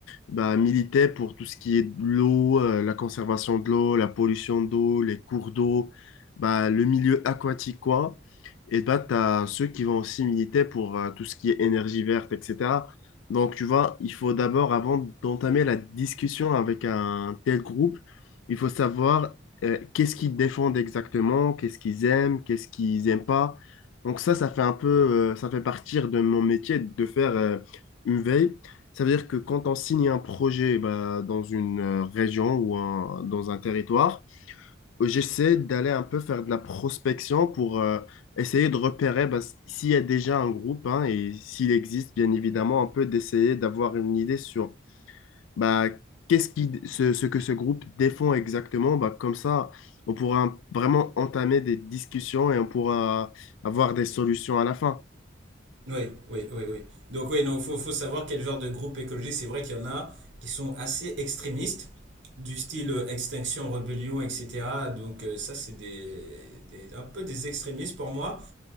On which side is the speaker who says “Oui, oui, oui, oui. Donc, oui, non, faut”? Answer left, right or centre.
Right